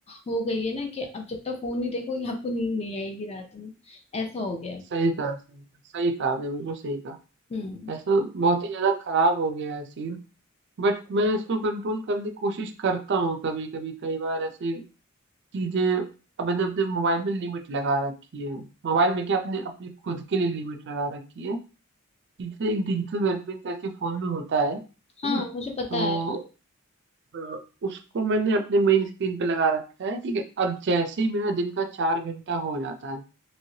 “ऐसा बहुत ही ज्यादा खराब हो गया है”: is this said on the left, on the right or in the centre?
Right